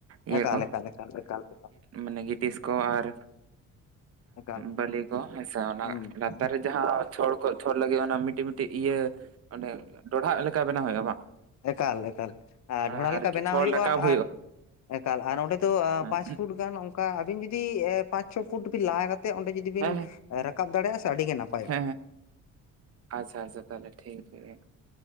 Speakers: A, on the right; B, on the left.
A: ᱤᱭᱟᱹ
B: ᱮᱠᱟᱞ
A: ᱠᱚ,
B: ᱮᱠᱟᱞ ᱮᱠᱟᱞ ᱮᱠᱟᱞ ᱮᱠᱟᱞ
A: ᱢᱟᱱᱮ ᱜᱤᱴᱤᱥ ᱠᱚ ᱟᱨ
B: ᱮᱠᱟᱞ
A: ᱵᱟᱹᱞᱤ ᱠᱚ ᱢᱮᱥᱟ ᱚᱱᱟ
B: ᱦᱩᱸ
A: ᱞᱟᱛᱟᱨ
B: ᱦᱩᱸ
A: ᱨᱮ ᱡᱟᱦᱟᱸ ᱪᱷᱚᱲ ᱠᱚ ᱪᱷᱚᱲ ᱞᱟᱹᱜᱤᱫ ᱚᱱᱟ ᱢᱤᱫᱴᱤᱡ ᱢᱤᱫᱴᱤᱡ ᱤᱭᱟᱹ ᱚᱱᱰᱮ ᱰᱚᱰᱦᱟᱜ ᱞᱮᱠᱟ ᱵᱮᱱᱟᱣ ᱦᱩᱭᱩᱜᱼᱟ ᱵᱟᱝ?
B: ᱮᱠᱟᱞ ᱮᱠᱟᱞ ᱟᱨ
A: ᱦᱮᱸ
B: ᱰᱷᱚᱲᱟ ᱞᱮᱠᱟ
A: ᱟᱨᱠᱤ
B: ᱵᱮᱱᱟᱣ
A: ᱪᱷᱚᱲ
B: ᱦᱩᱭᱩᱜᱼᱟ
A: ᱨᱟᱠᱟᱵ
B: ᱟᱨ ᱮᱠᱟᱞ ᱟᱨ ᱚᱸᱰᱮ ᱫᱚ
A: ᱦᱮᱸ
B: ᱯᱟᱸᱪ ᱯᱷᱩᱴ ᱜᱟᱱᱼᱼ ᱚᱱᱠᱟ ᱟᱵᱤᱱ ᱡᱩᱫᱤ ᱮ ᱯᱟᱸᱪ ᱪᱷᱚ ᱯᱷᱩᱴ ᱵᱤᱱ ᱞᱟᱭ ᱠᱟᱛᱮ ᱚᱸᱰᱮ ᱡᱩᱫᱤ ᱵᱤᱱ
A: ᱦᱮᱸ ᱦᱮᱸ
B: ᱨᱟᱠᱟᱵ ᱫᱟᱲᱮᱭᱟᱜᱼᱟ ᱥᱮ ᱟᱹᱰᱤ ᱜᱮ ᱱᱟᱯᱟᱭᱚᱜ᱾
A: ᱦᱮᱸ ᱦᱮᱸ ᱟᱪᱪᱷᱟ ᱟᱪᱪᱷᱟ ᱛᱟᱦᱚᱞᱮ ᱴᱷᱤᱠ ᱜᱮᱭᱟ᱾